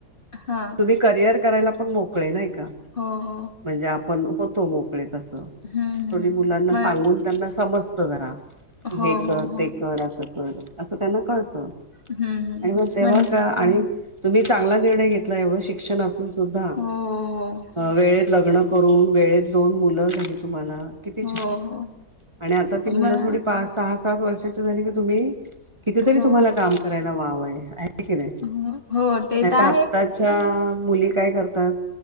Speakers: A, on the left; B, on the right.
A: हा
B: तुम्ही करिअर करायला पण मोकळे नाही का
A: हो हो
B: म्हणजे आपण होतो, मोकळे तस
A: हम्म
B: थोडी
A: हम्म.
B: मुलांना
A: मग
B: सांगून त्यांना समजत जरा
A: हो
B: हे कर
A: हो हो
B: ते कर <unintelligible> अस त्यांना कळत आणि
A: हम्म हम्म
B: मग तेव्हा
A: म्हण
B: का आणि तुम्ही चांगला निर्णय घेतला एवढं शिक्षण असून सुद्धा
A: हो हो.
B: वेळेत लग्न करून वेळेत दोन मुलं झाली तुम्हाला, किती
A: हो
B: छान
A: हो
B: आणि आता ती मुलं
A: मग
B: थोडी पा सहा सात वर्षाची झाली की तुम्ही कितीतरी
A: हो
B: तुम्हाला काम करायला वाव आहे. हे की नाहीनाहीता
A: हो हो ते तर आहेच
B: आत्ताच्या मुली काय करतात,